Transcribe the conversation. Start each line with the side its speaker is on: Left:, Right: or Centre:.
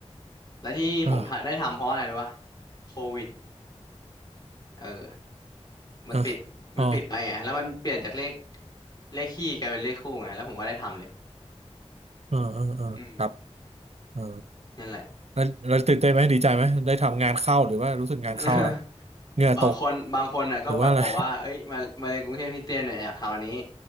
Left: และที่ผมทะได้ทำเพราะอะไรรู้ป่ะ
Right: อ่า
Left: โควิดเออมันปิดมันปิดไปไงแล้วมันเปลี่ยนจากเลข
Right: อ่าอ่าอ๋อ
Left: เลขคี่กลายเป็นเลขคู่ไงแล้วผมก็ได้ทำเลย
Right: เออเออเออครับ
Left: อืม
Right: เออ
Left: นั่นแหละ
Right: แล้วแล้วตื่นเต้นไหม ดีใจไหมได้ทำงานเข้าหรือว่ารู้สึกงานเข้าแล้ว
Left: <laughs>
Right: เหงื่อตก
Left: บางคนบางคนอ่ะก็แบบบอกว่าเอ้ยมามาเรียนกรุงเทพคริสเตียนเนี่ยอยากคราวนี้
Right: หรือว่าอะไร